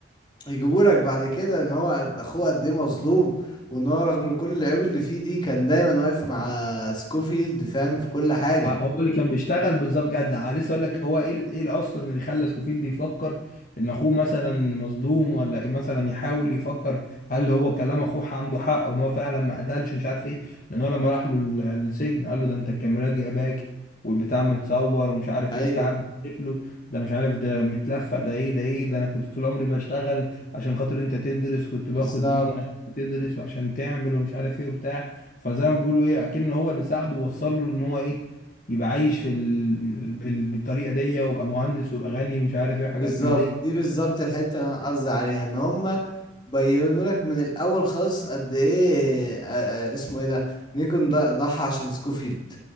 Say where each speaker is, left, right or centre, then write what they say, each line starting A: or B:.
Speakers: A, on the left (about 25°); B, on the left (about 45°).
A: يجيبولك بعد كده ان هو اخوه قد ايه مظلوم وان هو رغم كل العيوب اللي فيه دي كان دايما واقف مع سكوفيلد فاهم في كل حاجه
B: آه، هو اللي كان بيشتغل بالظبط جدع لسه اقول لك هو ايه ال- ايه اصلا اللي خلى سكوفيلد يفكر ان اخوه مثلا مصدوم ولا إيه مثلا يحاول يفكر هل هو كلام اخوه عنده حق وان هو فعلا ما قتلش مش عارف ايه لان هو لما راح له ال- السجن قال له ده انت الكاميرات جايباك والبتاع متصور ومش عارف
A: ايوه
B: ايه وبتاع بتلف له ده مش عارف ده متلفق ده ايه ده ايه ده انا كنت طول عمري بشتغل عشان خاطر انت تدرس كنت باخد
A: بالظبط
B: ديون عشان تدرس وعشان تعمل ومش عارف ايه وبتاع فزي ما بيقولوا ايه اكن هو اللي ساعده ووصل له ان هو ايه يبقى عايش في ال... بال... بالطريقه دي ويبقى مهندس ويبقى غني ومش عارف ايه وحاجات
A: بالظبط
B: من دي
A: دي بالظبط الحتة اللي انا قصدي عليها ان هما بينوا لك من الاول خالص قد ايه آه، آه، اسمه ايه ده نيكون ض- ضحى عشان سكوفيلد